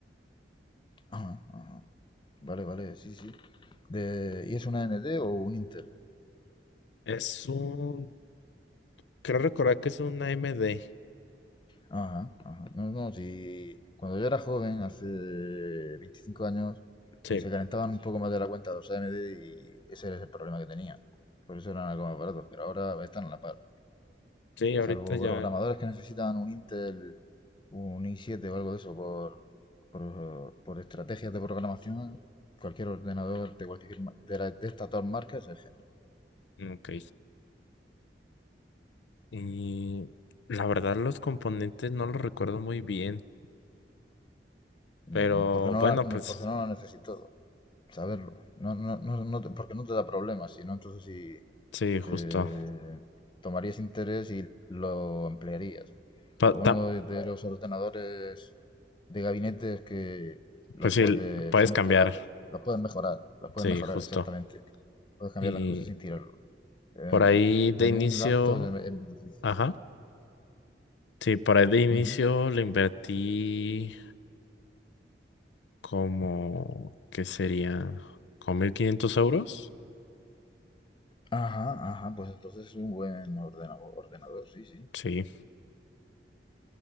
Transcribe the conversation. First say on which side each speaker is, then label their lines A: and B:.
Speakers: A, on the left; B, on the left.
A: ajá, ajá. Vale, vale, sí, sí. De, ¿y es una A N AMD o un Intel?
B: Es un, creo recordar que es un A M D
A: Ajá, ajá. No, no, si cuando yo era joven, hace 25 años,
B: Sí,
A: se calentaban un poco más de la cuenta los AMD y ese era el problema que tenía. Por eso eran algo más baratos, pero ahora están a la par.
B: sí, ahorita
A: Salvo
B: ya,
A: programadores que necesitan un Intel un i siete o algo de eso por, por, por estrategias de programación, cualquier ordenador de cualquier de, la- de estas dos marcas es genial.
B: mm, ok. Y la verdad los componentes no los recuerdo muy bien,
A: Mm,
B: pero
A: Porque no,
B: bueno,
A: la- no-
B: pues
A: porque no lo necesito saberlo. No, no, no, no porque no te da problemas, sino entonces si
B: sí, justo.
A: te tomarías interés y lo emplearías.
B: Pa-
A: Lo bueno
B: ta-
A: de, de los ordenadores de gabinete es que los
B: Pues sí,
A: puedes,
B: puedes
A: son
B: cambiar,
A: escalables, los puedes mejorar, los puedes
B: sí,
A: mejorar,
B: justo.
A: exactamente. Puedes cambiar
B: Y
A: las cosas sin tirarlo. eh,
B: por ahí de
A: en
B: inicio...
A: un laptop es es más difícil.
B: Ajá. Sí, por ahí de inicio
A: Ujú.
B: le invertí como, ¿qué sería? ¿Con 1500 euros?
A: Ajá, ajá, pues entonces es un buen ordenador, ordenador, sí, sí.
B: Sí.